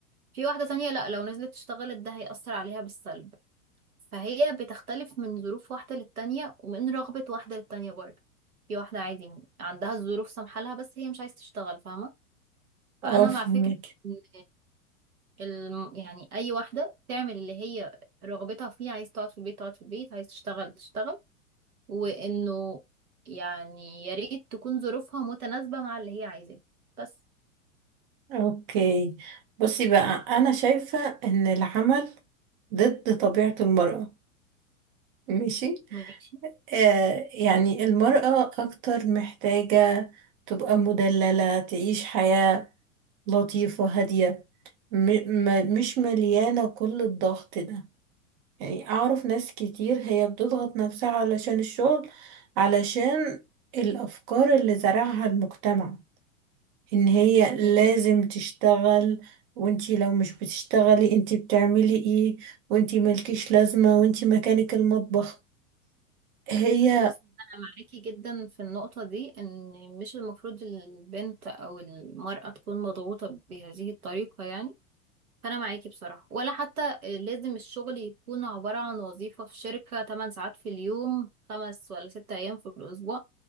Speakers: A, on the right; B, on the right.
A: في واحدة تانية لا لو نزلت اشتغلت ده هيأثر عليها بالسلب فهي بتختلف من ظروف واحدة للتانية ومن رغبة واحدة للتانية برضه في واحدة عادي عندها الظروف سامحة لها بس هي مش عايزة تشتغل فاهمة فأنا
B: اه فهمك
A: مع فكرة إن الم... يعني اي واحده تعمل اللي هي رغبتها فيه عايز تقعد في البيت تقعد في البيت عايز تشتغل تشتغل وانه يعني يا ريت تكون ظروفها متناسبه مع اللي هي عايزاه بس
B: اوكي بصي بقى انا شايفة ان العمل ضد طبيعة المرأة ماشي
A: ماشي
B: آه يعني المرأة اكتر محتاجة تبقى مدللة تعيش حياة لطيفة هادية م م مش مليانة كل الضغط ده يعني أعرف ناس كتير هي بتضغط نفسها علشان الشغل علشان الأفكار اللي زرعها المجتمع إن هي
A: ماشي
B: لازم تشتغل وانتي لو مش بتشتغلي انتي بتعملي ايه وانتي مالكيش لازمة وانتي مكانك المطبخ هي
A: بص انا معاكي جدا في النقطه دي ان مش المفروض البنت او المراه تكون مضغوطه بهذه الطريقه يعني فانا معاكي بصراحه ولا حتى لازم الشغل يكون عباره عن وظيفه في شركه 8 ساعات في اليوم خمس ولا ست ايام في الاسبوع